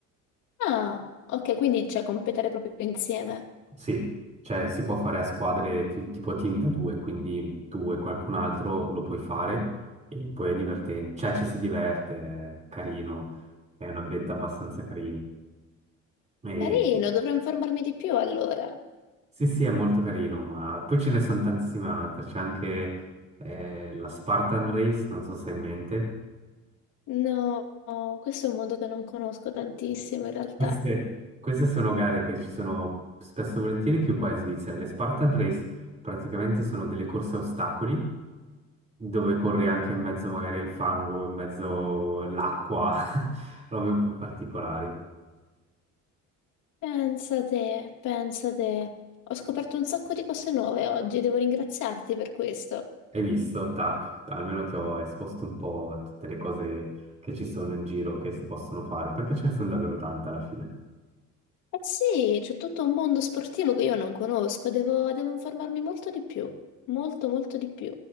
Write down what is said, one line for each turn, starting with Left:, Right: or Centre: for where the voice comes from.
Left: Ah, ok, quindi cioè competere proprio insieme.
Right: Sì, cioè si può fare a squadre ti- tipo team da due, quindi tu e qualcun altro lo puoi fare e poi è divertente, cioè ci si diverte, è carino, è un ambiente abbastanza carino. E-
Left: Carino, dovrò informarmi di più allora.
Right: Sì, sì, è molto carino, ma poi ce ne sono tantissime altre, c'è anche eh, la Spartan Race, non so se hai in mente.
Left: No, questo è un mondo che non conosco tantissimo in realtà.
Right: Queste, queste sono gare che ci sono spesso e volentieri più qua in Svizzera. Le Spartan Race praticamente sono delle corse a ostacoli dove corri anche in mezzo magari al fango, in mezzo all'acqua, <laughs> robe un po' particolari.
Left: Pensa te, pensa te. Ho scoperto un sacco di cose nuove oggi, devo ringraziarti per questo.
Right: Hai visto? Tac, almeno ti ho esposto un po' a tutte le cose che ci sono in giro, che si possono fare, perché ce ne sono davvero tante alla fine.
Left: Eh sì, c'è tutto un mondo sportivo che io non conosco, devo, devo informarmi molto di più, molto molto di più.